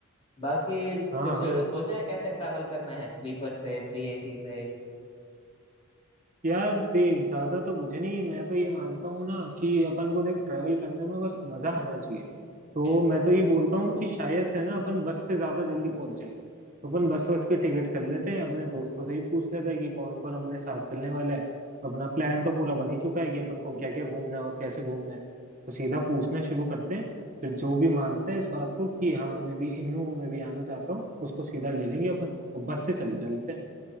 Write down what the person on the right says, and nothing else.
हाँ
हाँ
यार देख ज्यादा तो कुछ नहीं मैं तो ये मानता हूँ ना कि अपन को देख ट्रैवल करने में बस मजा आना चाहिए तो
मैं
तो ये बोलता हूँ कि शायद है ना अपन बस से ज्यादा जल्दी पहुंच जाएंगे तो अपन बस बस की टिकट कर लेते हैं अपने दोस्तों से ही पूछ लेते हैं कि कौन कौन हमने साथ चलने वाला है अपना प्लान तो पूरा बन ही चुका है कि अपन को क्या क्या घूमना है और कैसे घूमना है तो सीधा पूछना शुरू करते हैं फिर जो भी मानता है इस बात को कि हाँ मैं भी इन हूँ मैं भी आना चाहता हूँ उसको सीधा ले लेंगे अपन और बस से चल चलते हैं